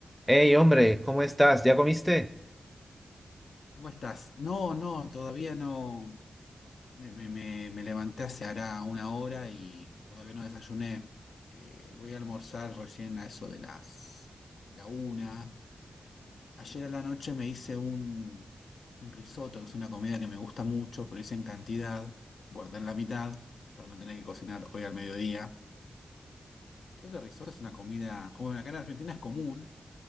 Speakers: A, in the centre; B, on the left.
A: Hey, hombre, ¿cómo estás? ¿Ya comiste?
B: ¿Cómo estás? No, no, todavía no. Me, me- me- me levanté hace hará una hora y todavía no desayuné. Eh, voy a almorzar recién a eso de las de la una. Ayer a la noche me hice un, un risotto, que es una comida que me gusta mucho, pero hice en cantidad. Guardé la mitad para no tener que cocinar hoy al mediodía. Creo que el risotto es una comida, bueno, acá en Argentina es común,